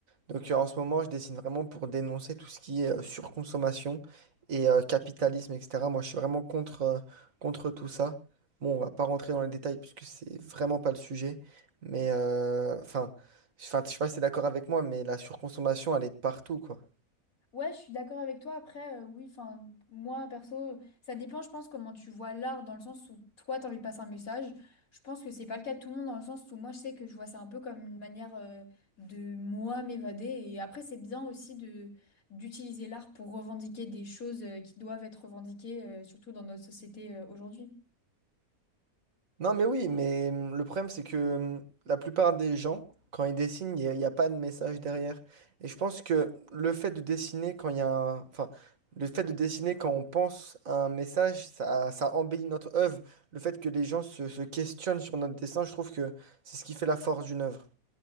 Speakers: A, on the right; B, on the left.
A: Donc euh, en ce moment, je dessine vraiment pour dénoncer tout ce qui est euh, surconsommation et euh, capitalisme, etc. Moi, je suis vraiment contre, euh, contre tout ça. Bon, on va pas rentrer dans les détails puisque c'est vraiment pas le sujet. Mais euh, enfin, enfin, je sais pas si t'es d'accord avec moi, mais la surconsommation, elle est de partout, quoi.
B: Ouais, je suis d'accord avec toi. Après, euh, oui, enfin, moi, perso, ça dépend, je pense, comment tu vois l'art, dans le sens où toi, t'as envie de passer un message. Je pense que c'est pas le cas de tout le monde, dans le sens où moi, je sais que je vois ça un peu comme une manière euh, de moi m'évader. Et après, c'est bien aussi de d'utiliser l'art pour revendiquer des choses euh, qui doivent être revendiquées, euh, surtout dans notre société euh, aujourd'hui.
A: Non, mais oui, mais hum, le problème, c'est que hum, la plupart des gens, quand ils dessinent, il n'y a, pas de message derrière. Et je pense que le fait de dessiner quand il y a un... Enfin, le fait de dessiner quand on pense à un message, ça, ça embellit notre œuvre. Le fait que les gens se, se questionnent sur notre dessin, je trouve que c'est ce qui fait la force d'une œuvre.